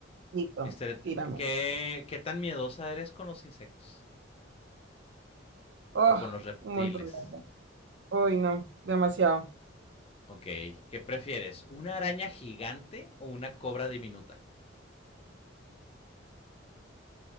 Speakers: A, on the right; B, on the left.
A: Listo,
B: Este,
A: tírame.
B: ¿qué, ¿Qué tan miedosa eres con los insectos?
A: Oh,
B: ¿O con los reptiles?
A: un montón de cosas. Uy, no, demasiado.
B: Ok. ¿Qué prefieres? ¿Una araña gigante o una cobra diminuta?